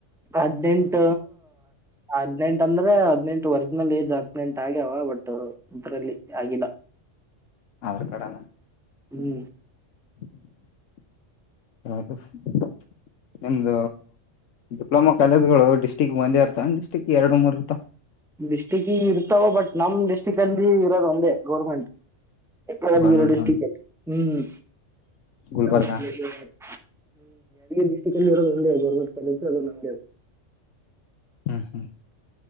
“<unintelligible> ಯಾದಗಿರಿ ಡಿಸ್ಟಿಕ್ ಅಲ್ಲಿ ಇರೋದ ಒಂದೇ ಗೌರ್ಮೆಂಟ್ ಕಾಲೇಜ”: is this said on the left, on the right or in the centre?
Centre